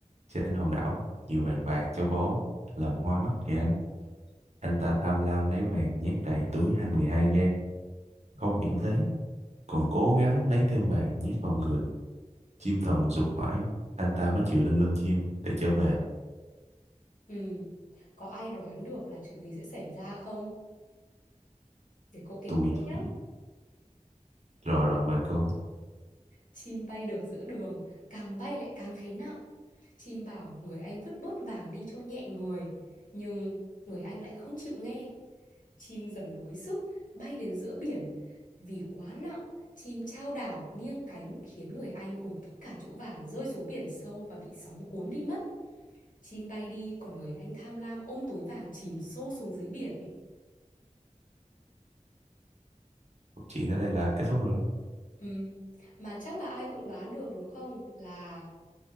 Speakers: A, on the right (about 55°); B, on the left (about 85°).
A: trên hòn đảo nhiều vàng bạc châu báu làm hoa mắt người anh anh ta tham lam lấy vàng nhét đầy túi hai mươi hai gang không những thế còn cố gắng lấy thêm vàng nhét vào người chim thần giục mãi anh ta mới chịu lên lưng chim để trở về
B: Ừ. Có ai đoán được là chuyện gì sẽ xảy ra không? Để cô kể
A: tôi
B: tiếp
A: thì
B: nhé.
A: rồi rồi mời cô
B: Chim bay được giữa đường, càng bay lại càng thấy nặng. Chim bảo người anh vứt bớt vàng đi cho nhẹ người, nhưng người anh lại không chịu nghe. Chim dần đuối sức, bay đến giữa biển. Vì quá nặng, chim chao đảo nghiêng cánh khiến người anh cùng tất cả chỗ vàng rơi xuống biển sâu và bị sóng cuốn đi mất. Chim bay đi, còn người anh tham lam ôm túi vàng chìm sâu xuống dưới biển.
A: Câu chuyện tới đây là kết thúc rồi
B: Ừm, Mà chắc là ai cũng đoán được đúng không? Là